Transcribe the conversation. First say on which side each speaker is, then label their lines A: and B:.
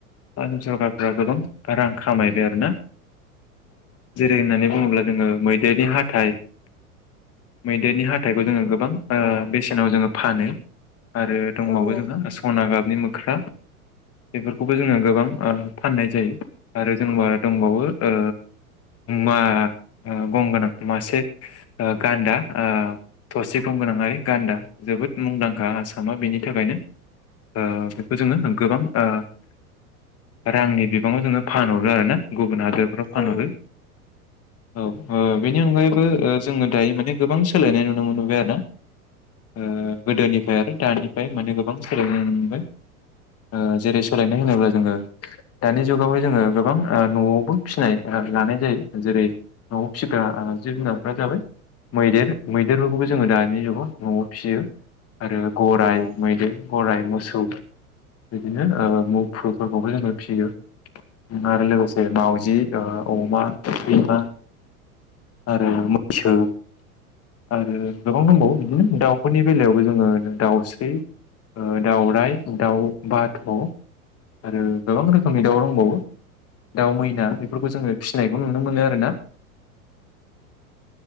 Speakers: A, on the left; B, on the left.
A: आसाम सरकारफ्रा गोबां रां खामायबाय आरोना। <inaudible> जेरै होननानै बुङोबा अब्ला जोङो मैदेरनि हाथाइ <inaudible> मैदेरनि हाथाइखौ जोङो गोबां ओ बेसेनाव जोङो फानो आरो दंबावो
B: औ
A: जोंहा सना गाबनि मो ख्रा बेफोरखो बेखौबो जोङो गोबां ओ फाननाय जायो आरो जोंहा दंबावो ओ मा गंगोनां मासे गान्दा ओ थसे गंगोनांयारि गान्दा जोबोद मुंदांखा आसामा बेनि थाखायनो <inaudible> ओ बेखौ जोङो गोबां ओ <inaudible> रांनि बिबाङाव जोङो फानहरो आरोना गुब गुबुन हादोरफ्राव फानहरो
B: औ
A: औ ओ बेनि अनगायैबो ओ जोङो दायो माने गोबां सोलायनाय नुनो मोनबोबाय आरो ना ओ गोदोनिफ्राय आरो दानिफ्राय माने गोबां सोलायनाय नुनो मोनबाय ओ जेरै सोलायनाय होनोब्ला जोङो दानि जुगावहाय जोङो गोबां न'आवबो फिसिनाय लानाय जायो जेरै न'आव फिसिग्रा जिब जुनारफ्रा जाबाय मैदेर मैदेरफोरखौबो जोङो दानि जुगाव न'आव फियो आरो गराय
B: औ
A: मैदेर गराय मोसौ बिदिनो ओ मुफुफोरखौबो जोङो फियो आरो लोगोसे मावाजि ओ अमा सैमा आरो मैसो आरो गोबां दंबावो बिदिनो दाउफोरनि बेलायावबो जोङो दाउस्रि ओ दाउराइ दाउ बाथ' आरो गोबां रोखोमनि दाउ दंबावो दाउ मैना बेफोरखौ जोङो फिसिनायखौ नुनो मोनो आरोना